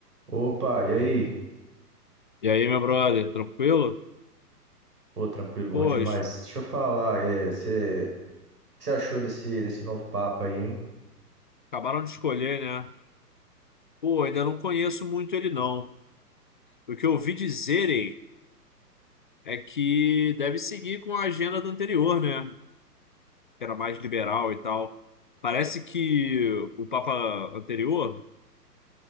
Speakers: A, on the right; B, on the left.
A: Opa, e aí?
B: E aí, meu brother, tranquilo?
A: Pô, tranquilo, bom
B: Pois,
A: demais. Deixa eu falar, é, você, o que você achou desse, desse novo Papa aí, hein?
B: acabaram de escolher, né? Pô, ainda não conheço muito ele, não. O que eu ouvi dizerem é que deve seguir com a agenda do anterior, né? Que era mais liberal e tal. Parece que o Papa anterior,